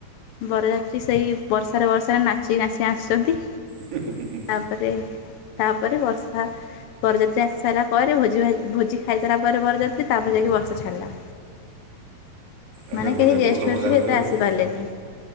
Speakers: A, on the left; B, on the right.
A: ବରଯାତ୍ରୀ ସେଇ ବର୍ଷାରେ ବର୍ଷାରେ ନାଚି ନାଚି ଆସିଛନ୍ତି।
B: ହଁ ହୁଁ
A: ତାପରେ ତାପରେ ବର୍ଷା। ବରଯାତ୍ରୀ ଆସି ସାରିଲା ପରେ ଭୋଜି ଭାଜ୍ ଭୋଜି ଖାଇସାରିଲା ପରେ ବରଯାତ୍ରୀ ତାପରେ ଯାଇକି ବର୍ଷା ଛାଡ଼ିଲା।
B: ଏ
A: ମାନେ
B: ସବୁ ବରଯାତ୍ରୀ
A: କେହି ଗେଷ୍ଟ
B: ଭଲ
A: ଫେଷ୍ଟ
B: ମଜା
A: ବି
B: କରିଥିବେ
A: ଏତେ ଆସିପାରିଲେନି
B: ଆଉ।